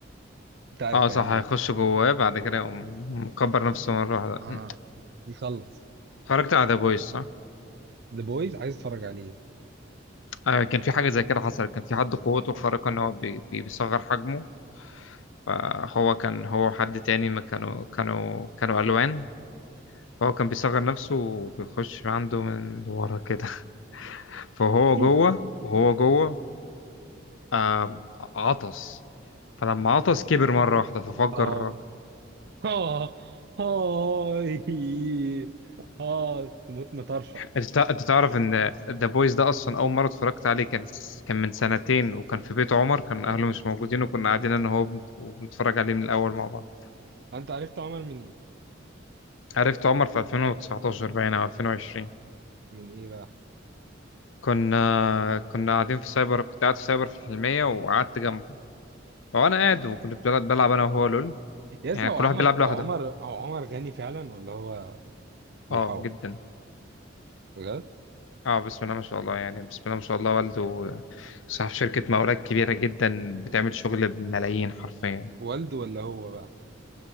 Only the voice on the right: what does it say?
انت عارف
هيعمل
ايه
<laughs> مم.
اه يخلص
ذا بويز عايز اتفرج عليه
مم.
اه
اه هاي اه تموت مطرشه
انت عرفت عمر من ايه
من ايه بقى
يا
هو
عمر
هو
عمر هو عمر غني فعلا ولا هو بيحور
بجد
والده ولا هو بقى